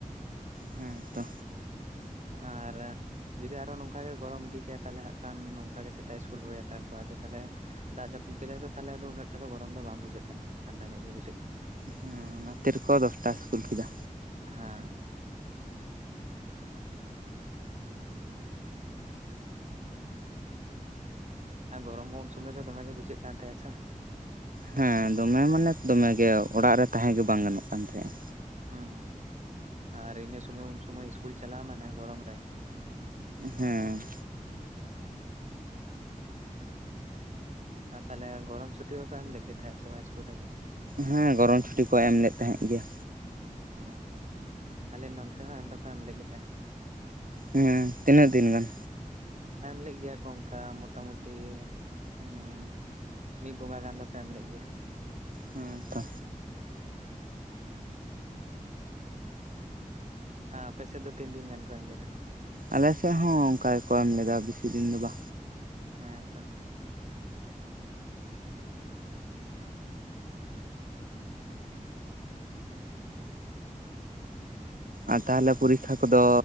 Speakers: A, on the right; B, on the right.
A: ᱦᱮᱸ ᱛᱚ
B: ᱟᱨ ᱡᱩᱫᱤ ᱟᱨᱦᱚᱸ ᱱᱚᱝᱠ ᱜᱮ ᱜᱚᱨᱚᱢ ᱤᱫᱤ ᱠᱮᱭᱟ ᱛᱟᱦᱞᱮ ᱦᱟᱸᱜ ᱠᱷᱟᱱ ᱱᱚᱝᱱᱠᱟ ᱜᱮ ᱥᱮᱛᱟᱜ ᱥᱠᱩᱞ ᱦᱳᱭ ᱦᱟᱛᱟᱲ ᱠᱚᱼᱟ ᱟᱫᱚ ᱛᱟᱦᱞᱮ ᱫᱟᱜ ᱡᱟᱹᱯᱩᱫ ᱠᱮᱫᱟᱭ ᱛᱚ ᱛᱟᱦᱞᱮ ᱩᱱᱟᱹᱜ ᱴᱟ ᱫᱚ ᱜᱚᱨᱚᱢ ᱫᱚ ᱵᱟᱝ ᱵᱩᱡᱷᱟᱹᱜ ᱠᱟᱱᱟ ᱴᱷᱟᱱᱰᱟ ᱧᱚᱜ ᱜᱮ ᱵᱩᱡᱷᱟᱹᱜ ᱠᱟᱱᱟ᱾
A: ᱦᱮᱸ ᱚᱱᱟ ᱠᱷᱟᱛᱤᱨ ᱠᱚ ᱫᱚᱥᱴᱟ ᱤᱥᱠᱩᱞ ᱠᱮᱫᱟ᱾
B: ᱦᱮᱸ ᱟᱨ ᱜᱚᱨᱚᱢ ᱦᱚᱸ ᱩᱱ ᱥᱚᱢᱚᱭ ᱫᱚᱢᱮ ᱜᱮ ᱵᱩᱡᱷᱟᱹᱜ ᱠᱟᱱ ᱛᱟᱦᱮᱸᱜᱼᱟ ᱥᱮ᱾
A: ᱦᱮᱸ ᱫᱚᱢᱮ ᱢᱟᱱᱮ ᱫᱚᱢᱮ ᱜᱮ ᱚᱲᱟᱜ ᱨᱮ ᱛᱟᱦᱮᱸ ᱜᱮ ᱵᱟᱝ ᱜᱟᱱᱚᱜ ᱠᱟᱱ ᱛᱟᱦᱮᱸᱜᱼᱟ᱾
B: ᱦᱩᱸ ᱟᱨ ᱤᱱᱟᱹ ᱥᱩᱢᱟᱹᱭ ᱩᱱ ᱥᱩᱢᱟᱹᱭ ᱤᱥᱠᱩᱞ ᱪᱟᱞᱟᱜᱼᱟ ᱢᱟᱱᱮ ᱜᱚᱨᱚᱢ ᱨᱮ
A: ᱦᱩᱸ
B: ᱟᱨ ᱛᱟᱦᱞᱮ ᱜᱚᱨᱚᱢ ᱪᱷᱩᱴᱤ ᱦᱚᱸᱠᱚ ᱮᱢ ᱞᱮᱫ ᱜᱮ ᱛᱟᱦᱮᱸᱜ ᱥᱮ ᱵᱟᱝ ᱤᱥᱠᱩᱞ ᱨᱮᱫᱚ?
A: ᱦᱮᱸ ᱜᱚᱨᱚᱢ ᱪᱷᱩᱴᱤ ᱠᱚ ᱮᱢ ᱞᱮᱫ ᱛᱟᱦᱮᱸᱫ ᱜᱮᱭᱟ᱾
B: ᱦᱮᱸᱛᱚ ᱟᱞᱮ ᱱᱚᱱᱛᱮ ᱦᱚᱸ ᱮᱢ ᱫᱚᱠᱚ ᱮᱢ ᱞᱮᱫ ᱜᱮ ᱛᱟᱦᱮᱸᱜ ᱾
A: ᱦᱩᱸ ᱛᱤᱱᱟᱹᱜ ᱫᱤᱱ ᱜᱟᱱ?
B: ᱮᱢ ᱞᱮᱫ ᱜᱮᱭᱟ ᱠᱚ ᱚᱝᱠᱟ ᱢᱚᱴᱟ ᱢᱩᱴᱤ ᱩᱸᱜ ᱢᱤᱜ ᱵᱚᱸᱜᱟ ᱜᱟᱱ ᱫᱚᱠᱚ ᱮᱢ ᱞᱮᱜ ᱜᱮᱭᱟ᱾
A: ᱦᱮᱸ ᱛᱚ
B: ᱟᱯᱮ ᱥᱮᱜ ᱫᱚ ᱛᱤᱱ ᱫᱤᱱ ᱜᱟᱱ ᱠᱚ ᱮᱢ ᱞᱮᱫᱟ?
A: ᱟᱞᱮ ᱥᱮᱫ ᱦᱚᱸ ᱚᱝᱠᱟ ᱜᱮᱠᱚ ᱮᱢ ᱞᱮᱫᱟ ᱵᱤᱥᱤ ᱫᱤᱱ ᱫᱚ ᱵᱟ᱾
B: ᱦᱮᱸ ᱛᱚ <unintelligible>
A: ᱟᱨ ᱛᱟᱦᱞᱮ ᱯᱚᱨᱤᱠᱠᱷᱟ ᱠᱚᱫᱚ